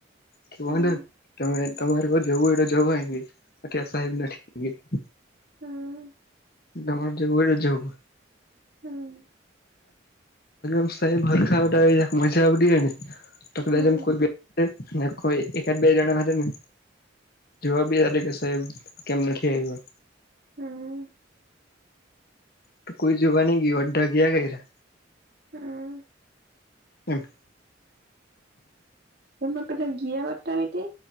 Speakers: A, on the left; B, on the right.
A: કે
B: હમ
A: કોને તમે. તમારે હવે જવું હોય તો જવાય નહીં, અત્યારે સાહેબ નથી <unintelligible>
B: હમ્મ.
A: તમારે જવું હોય તો જવો.
B: હમ્મ.
A: મ સા ભ ખા મજા આવ. તો કદામ
B: હમ
A: કોઈ બે કોઈ એકાદ બે જણા ને. જોવા બીયાર કે સાહેબ કેમ નથી આવ્યો.
B: હમ
A: તો કોઈ જુગ ન ગય અ ડડા ગયા ગય એ.
B: હા.
A: ઓણ.
B: એમાં પેલા ગીયા કરતા હતી